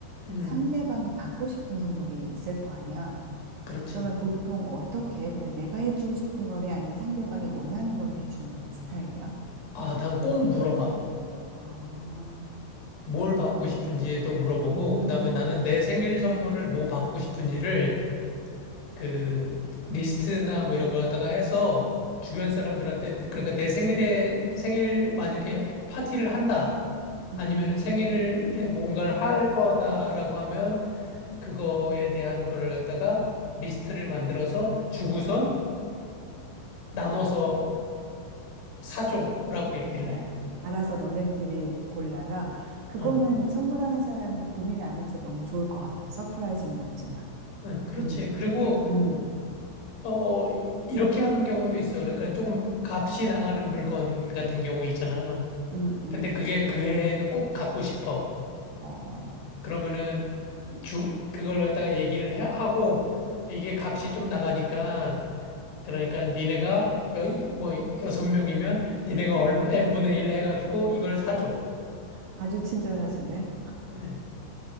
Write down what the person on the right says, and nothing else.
상대방이 받고 싶은 선물이 있을 거 아니야.
그러면 보통 어떻게 해? 그냥 내가 해주고 싶은 거래 아니면 상대방이 원하는 걸 해주는 스타일이야?
아,
음,
음,
음,
음.
어,
알아서 너네끼리 골라라. 그거는
선물하는 사람이 고민 안 해서 너무 좋을 것 같다. 서프라이즈는 없지만.
음,
음,
음, 음,
어,
음,
아주 친절하시네.